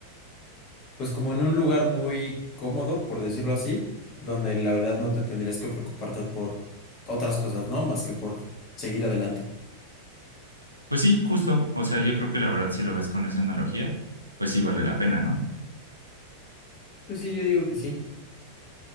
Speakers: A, on the left (about 35°); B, on the right (about 85°).
A: pues como en un lugar muy cómodo, por decirlo así, donde la verdad no te tendrías que preocuparte por otras cosas, ¿no? Más que por seguir adelante.
B: Pues sí, justo. O sea, yo creo que la verdad, si lo ves con esa analogía, pues sí vale la pena, ¿no?
A: Pues sí, yo digo que sí.